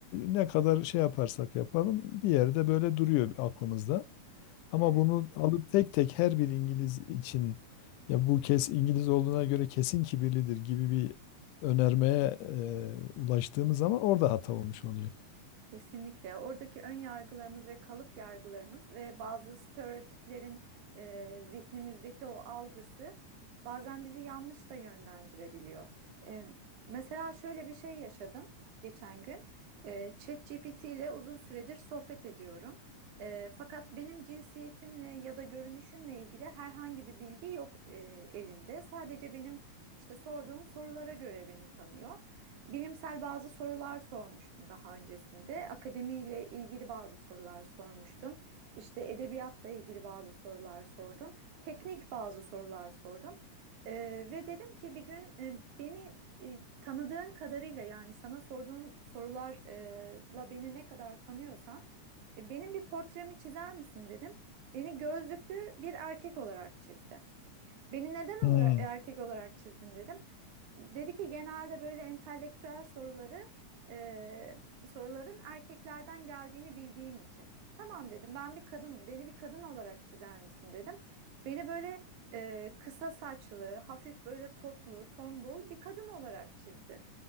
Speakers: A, on the left; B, on the right.
A: ne kadar şey yaparsak yapalım bir yerde böyle duruyor aklımızda. Ama
B: evet.
A: bunu alıp tek tek her bir İngiliz için ya bu kes İngiliz olduğuna göre kesin kibirlidir gibi bir önermeye e, ulaştığımız zaman orada hata olmuş oluyor.
B: Kesinlikle. Oradaki ön yargılarımız ve kalıp yargılarımız ve bazı stereotiplerin e, zihnimizdeki o algısı bazen bizi yanlış da yönlendirebiliyor. E, mesela şöyle bir şey yaşadım geçen gün. E, ChatGPT ile uzun süredir sohbet ediyorum. E, fakat benim cinsiyetimle ya da görünüşümle ilgili herhangi bir bilgi yok e, elinde. Sadece benim işte sorduğum sorulara göre beni tanıyor. Bilimsel bazı sorular sormuştum daha öncesinde. Akademiyle ilgili bazı sorular sormuştum. İşte edebiyatla ilgili bazı sorular sordum. Teknik bazı sorular sordum. Ee, ve dedim ki bir gün e, beni e, tanıdığın kadarıyla yani sana sorduğum sorularla beni ne kadar tanıyorsan e, benim bir portremi çizer misin dedim. Beni gözlüklü bir erkek olarak çizdi. Beni neden
A: Hmm.
B: olarak, erkek olarak çizdin dedim. Dedi ki genelde böyle entelektüel soruları e, soruların erkeklerden geldiğini bildiğim için. Tamam dedim ben bir kadınım beni bir kadın olarak çizer misin dedim. Beni böyle e, kısa saçlı hafif böyle toplu tombul bir kadın olarak çizdi.